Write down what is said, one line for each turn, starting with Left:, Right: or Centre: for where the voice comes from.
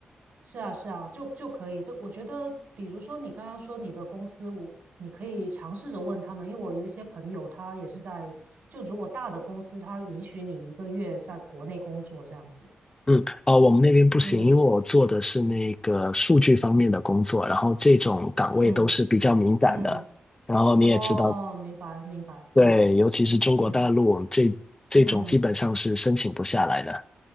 Right: 是啊是啊，就就可以。就我觉得，比如说你刚刚说你的公司，我你可以尝试着问他们，因为我有一些朋友他也是在，就如果大的公司，他允许你一个月在国内工作这样子。
Left: 嗯，哦，我们那边不行，
Right: 嗯
Left: 因为我做的是那个数据方面的工作，然后这种岗位都是比较敏感的。
Right: 嗯嗯，
Left: 然后你也知道，
Right: 哦，明白明白，嗯
Left: 对，尤其是中国大陆这这种基本上是申请不下来的。
Right: 嗯嗯。